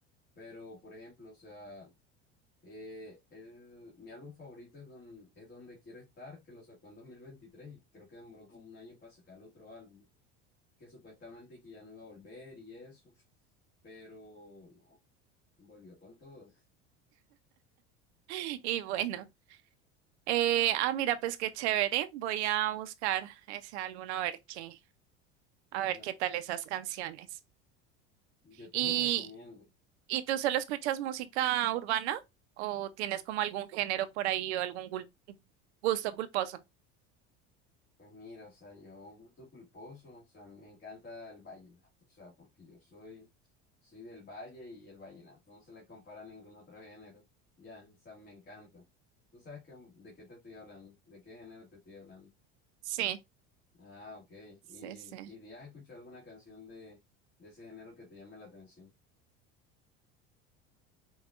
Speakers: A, on the left; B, on the right.
A: Pero, por ejemplo, o sea, eh, el- mi álbum favorito es, don, es Donde Quiero Estar, que lo sacó en 2023 y creo que demoró como un año para sacar el otro álbum que supuestamente que ya no iba a volver y eso, pero no, volvió con todo.
B: Y bueno. eh, ah, mira, pues qué chévere. Voy a buscar ese álbum a ver qué, a ver
A: No,
B: qué tal esas canciones.
A: yo te
B: ¿Y,
A: lo recomiendo.
B: y tú solo escuchas música urbana o tienes como algún género por ahí o algún gul- gusto culposo?
A: Pues mira, o sea, yo gusto culposo, o sea, a mí me encanta el vallenato, o sea, porque yo soy, soy del valle y el vallenato no se le compara a ningún otro género. Ya, o sea, me encanta. ¿Tú sabes que, de qué te estoy hablando? ¿De qué género te estoy hablando?
B: Sí,
A: Ah, ok.
B: sí,
A: ¿Y,
B: sí.
A: y has escuchado alguna canción de, de ese género que te llame la atención?